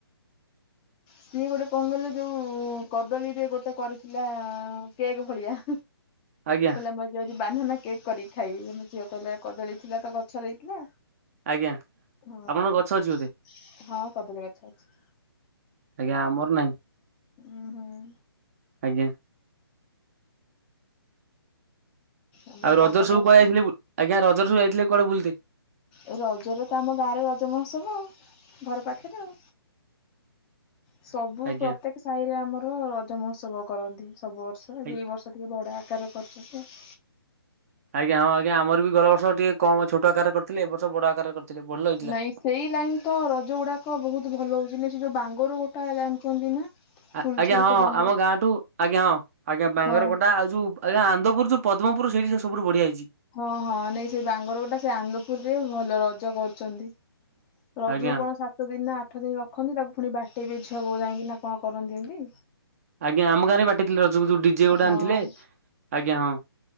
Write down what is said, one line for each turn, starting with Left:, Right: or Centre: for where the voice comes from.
Left: ସିଏ ଗୋଟେ କଁ କହଲେ ଯୋଉ କଦଳୀରେ ଗୋଟେ କରିଥିଲା କେକ୍ ଭଳିଆ।
Right: ଆଜ୍ଞା।
Left: ମୁଁ ଆଜି ଯାଉଛି ବାନାନା କେକ୍ କରିକି ଖାଇବି ମୋ ଝିଅ କହିଲା କଦଳୀ ଥିଲା ତ ଗଛରେ ହେଇଥିଲା।
Right: ଆଜ୍ଞା
Left: ହଁ
Right: ଆପଣଙ୍କ ଗଛ ଅଛି ବୋଧେ
Left: ହଁ କଦଳୀ ଗଛ ଅଛି।
Right: ଆଜ୍ଞା ଆମର ନାହିଁ।
Left: ଉୁଁ ହୁଁ।
Right: ଆଜ୍ଞା।
Left: ଆମର
Right: ଆଉ ରଜରେ
Left: କଦଳୀ
Right: ସବୁ
Left: ଅଛି।
Right: କୁଆଡେ ଯାଇଥିଲେ ବୁ ଆଜ୍ଞା ରଜରେ ସବୁ ଯାଇଥିଲେ କୁଆଡେ ବୁଲତେ?
Left: ଏ ରଜରେ ତ ଆମ ଗାଁରେ ରଜ ମହୋତ୍ସବ ଆଉ ଘର ପାଖରେ ଆଉ। ସବୁ
Right: ଆଜ୍ଞା।
Left: ପ୍ରତ୍ୟେକ ସାହିରେ ଆମର ରଜ ମହୋତ୍ସବ। କରନ୍ତି ସବୁ ବର୍ଷ ଏବେ
Right: ଆଜ୍ଞା
Left: ଏଇ ବର୍ଷ ଟିକେ ବଡ ଆକାରରେ କରିଛନ୍ତି ଆଉ।
Right: ଆଜ୍ଞା ହଁ ଆଜ୍ଞା ଆମର ବି ଗଲା ବର୍ଷ ଟିକେ କମ ଛୋଟ ଆକାରରେ କରିଥିଲେ ଏ ବର୍ଷ ବଡ ଆକାରରେ କରିଥିଲେ ଭଲ ହେଇଥିଲା।
Left: ନାଇଁ ସେଇ ଲାଇନ୍ ତ ରଜ ଗୁଡାକ ବହୁତ ଭଲ ହଉଛି ନା ସେ ଯୋଉ ବାଙ୍ଗର ଗୋଟା ଜାଣିଛନ୍ତି ନା?
Right: ଆ
Left: ଫୁଲଝର
Right: ଆଜ୍ଞା ହଁ
Left: ଯୋଉ ବାଙ୍ଗର
Right: ଆମ ଗାଁଠୁ ଆଜ୍ଞା ହଁ ଆଜ୍ଞା ବାଙ୍ଗର
Left: ହଁ
Right: କୋଟା ଆଉ ଯୋଉ ଆଜ୍ଞା ଆନ୍ଦପୁର ଯୋଉ ପଦ୍ମପୁର ସେଇଠି ସେ ସବୁଠୁ ବଢିଆ ହେଇଛି।
Left: ହଁ ହଁ ନାଇ ସେ ବାଙ୍ଗର ଗୋଟା ସେ ଆନ୍ଦପୁରରେ ଭଲ ରଜ କରୁଛନ୍ତି। ରଜକୁ
Right: ଆଜ୍ଞା।
Left: କଣ ସାତ ଦିନ ନା ଆଠ ଦିନ ରଖନ୍ତି ତାକୁ ଫୁଣି ବାଟେଇବେ ଛୁଆ ବୋଉ ଯାଇକି ନା କଣ କରନ୍ତି ଏମିତି?
Right: ଆଜ୍ଞା ଆମ ଗାଁରେ ବାଟିଥିଲେ ରଜକୁ ଯୋଉ ଡିଜେ ଗୋଟେ
Left: ହଁ
Right: ଆଣିଥିଲେ ଆଜ୍ଞା ହଁ।